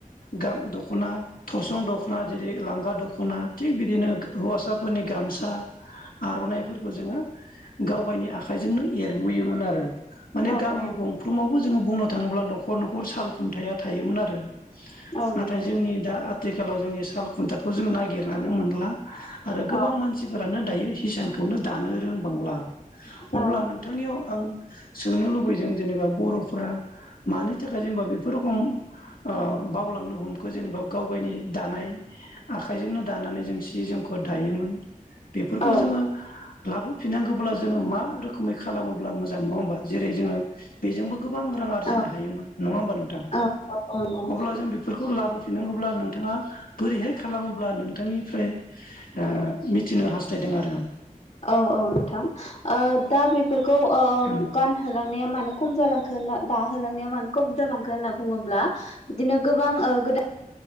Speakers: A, on the left; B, on the left.
A: गाम दखना थसं दखना जेरै लांगा दखना थिग बिदिनो हौवासाफोरनि गामसा आरनाइफोरखौ जोंङो गाव गावनि आखाइजोंनो एरबोयोमोन आरो माने
B: औ
A: गामि गंफ्रोमावबो जोंङो बुंनो थाङोब्ला नखर नखर साल खुन्थाया थायोमोन आरो
B: औ
A: नाथाय
B: नंगौ
A: जोंनि दा आथिखालाव जोंनि साल खुन्थाखौ जों नागिरनानै मोनला आरो गोबां
B: औ
A: मानसिफोरानो दायो हिसानखौनो दानो रोंबांला अब्ला
B: औ
A: नोंथांनियाव आं सोंनो लुबैदों जेनेबा बरफोरा मानि थाखाय जेनेबा बेफोर रोखम ओ बावलांनो हम जोंखौ जेनेबा गाव गायनि दानाय आखाइजोंनो दानानै जों सि जोमखौ दायोमोन बेफोरखौ
B: औ
A: जोंङो लाबोफिननांगौब्ला जोंङो मा रोखोमै खालामोब्ला मोजां नंङा होमबा जेरै जोंङो बेजोंबो गोबां रां आरजिनो
B: नंगौ
A: हायोमोन नंङा होमबा नोंथां
B: औ औ नंगौ
A: अब्ला जों बेफोरखौ लाबोफिननांगौब्ला नोंथांङा बोरैहाय खालामोब्ला नोंथांनिफ्राय ओ मिथिनो हास्थायदों आरो आं
B: औ औ नोंथां ओ दा बेफोरखौ ओ
A: आं
B: गानहोलांनाया मानो खम जालांखो होन दाहोलांनाया मानो खम जालांखो होनना बुंङोब्ला बिदिनो गोबां ओ गोदान